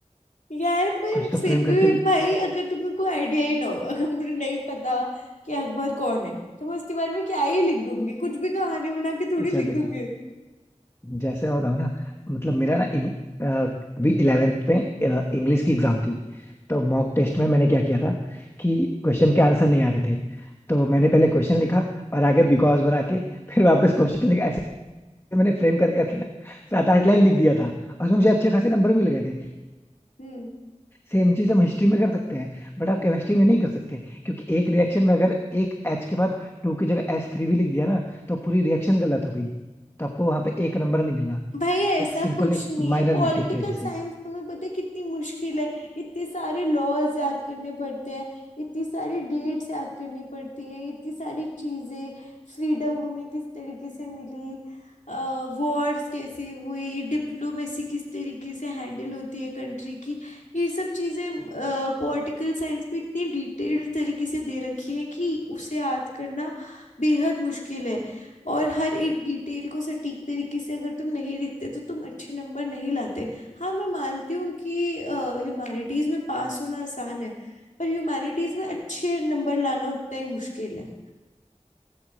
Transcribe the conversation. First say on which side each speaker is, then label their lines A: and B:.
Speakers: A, on the left; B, on the left.
A: यार पर
B: कुछ तो
A: फिर
B: फ्रेम
A: भी
B: करके
A: भाई अगर तुम्हें कोई आइडिया ही ना हो अगर मुझे नहीं पता कि अकबर कौन है तो मैं उसके बारे में क्या ही लिख दूंगी कुछ भी कहानी बना के थोड़ी
B: अच्छा
A: लिख
B: देखो
A: दूंगी
B: जैसे मैं बताऊँ ना मतलब मेरा ना इं- अ, भी इलेवेंथ में इंग्लिश की एग्जाम थी तो मॉक टेस्ट में मैंने क्या किया था कि क्वेश्चन के आंसर नहीं आ रहे थे तो मैंने पहले क्वेश्चन लिखा और आगे बिकॉज बना के फिर वापस क्वेश्चन लिखा ऐसे मैंने फ्रेम कर करके ना सात आठ लाइन लिख दिया था और उसमें मुझे अच्छे खासे नंबर मिल गए थे
A: हम्म
B: सेम चीज हम हिस्ट्री में कर सकते हैं बट आप केमिस्ट्री में नहीं कर सकते क्योंकि एक रिएक्शन में अगर एक एच के बाद टू की जगह एच थ्री भी लिख दिया ना तो पूरी रिएक्शन गलत हो गई तो आपको वहां पे एक नंबर नहीं मिलना
A: भाई ऐसा
B: एक सिंपल
A: कुछ
B: एक
A: नहीं
B: माइनर
A: है पॉलिटिकल
B: मिस्टेक की वजह
A: साइंस
B: से
A: तुम्हें पता है कितनी मुश्किल है इतने सारे लॉज याद करने पड़ते हैं इतनी सारी डेट्स याद करनी पड़ती है इतनी सारी चीजें फ्रीडम हमें किस तरीके से मिली वॉर्स कैसे हुई डिप्लोमेसी किस तरीके से हैंडल होती है कंट्री की ये सब चीजें पॉलिटिकल साइंस में इतनी डिटेल्ड तरीके से दे रखी हैं कि उसे याद करना बेहद मुश्किल है और हर एक डिटेल को सटीक तरीके से अगर तुम नहीं लिखते तो तुम अच्छे नंबर नहीं लाते हाँ मैं मानती हूँ कि ह्यूमैनिटीज में पास होना आसान है पर ह्यूमैनिटीज में अच्छे नंबर लाना उतना ही मुश्किल है